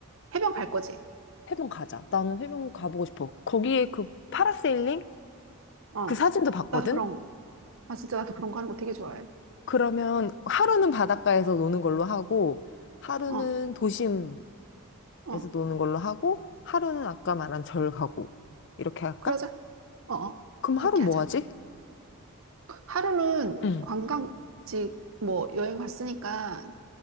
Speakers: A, on the right (about 65°); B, on the left (about 55°).
A: 해변 갈 거지?
B: 해변 가자. 나는 해변 가보고 싶어. 거기에 그 파라세일링?
A: 어.
B: 그 사진도 봤거든?
A: 나도 그런, 거. 아, 진짜 나도 그런 거 하는 거 되게 좋아해.
B: 그러면 하루는 바닷가에서 노는 걸로 하고, 하루는
A: 어,
B: 도심
A: 어.
B: 에서 노는 걸로 하고 하루는 아까 말한 절 가고 이렇게 할까?
A: 그러자. 어, 어.
B: 그럼
A: 그렇게
B: 하루 뭐
A: 하자.
B: 하지?
A: 하루는
B: 응.
A: 관광지 뭐 여행 갔으니까